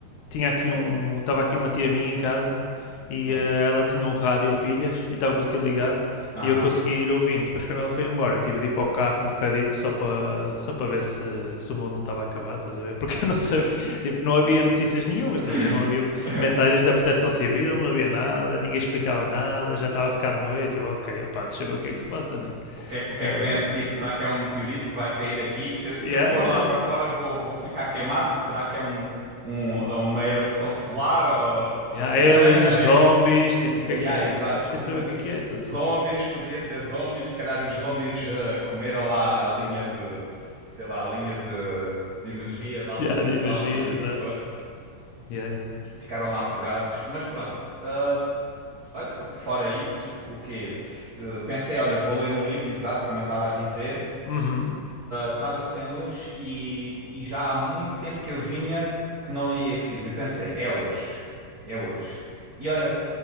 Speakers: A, on the left (about 75°); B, on the right (about 70°).
A: tinha aqui um, estava aqui uma tia minha em casa e
B: Sim.
A: eh, ela tinha um rádio a pilhas e estava com aquilo ligado
B: Aham.
A: e eu consegui ir ouvindo. Depois quando ela foi embora, tive de ir para o carro um bocadito só para só para ver se, se o mundo não estava a acabar, estás a ver? <laughs> Porque eu não sabia, <laughs> tipo, não havia notícias nenhumas, estás
B: <laughs>
A: a ver? Não havia mensagens da Proteção Civil, não havia nada, ninguém explicava nada, já estava a ficar de noite. Eu, ok, opá, deixa eu ver o que é que se passa, né?
B: O que é, o que
A: Uh,
B: é que vem a seguir? Será que é um meteorito que vai cair aqui? Se,
A: yeah,
B: eu- se eu for
A: yeah,
B: lá
A: yeah.
B: para fora, vou, vou ficar queimado? Será que é um, um- uma erupção solar? Ou...
A: Yeah,
B: Se
A: aliens,
B: calhar é melhor nem.
A: zombies, tipo, o que
B: Yeah,
A: é que é?
B: exato.
A: Só preciso
B: Um,
A: saber
B: eh,
A: o que é que é. Tá?
B: Zombies, poderia ser zombies. Se calhar os zombies eh, comeram lá a linha de, sei lá, a linha de, de energia de alta
A: Yeah,
B: tensão,
A: de energia,
B: ou seja
A: exato.
B: o que for.
A: Yeah, yeah, yeah.
B: Ficaram lá pregados. Mas pronto. eh, Olha, fora isso, o quê? Eh, pensei, olha, vou ler um livro, exato, como eu estava a dizer.
A: Uhum,
B: estava sem luz e, e já há muito tempo que eu vinha que não lia esse livro. E pensei, é hoje, é hoje. E olha, que